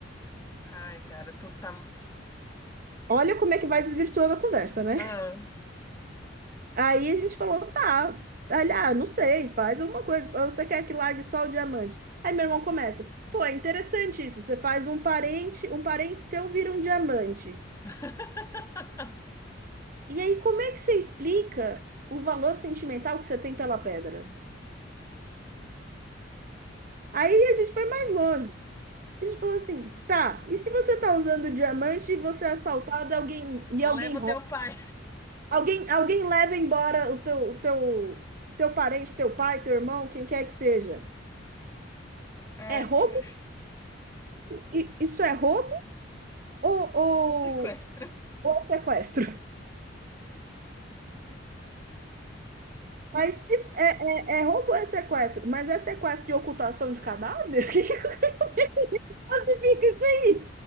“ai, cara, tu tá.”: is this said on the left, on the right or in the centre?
Left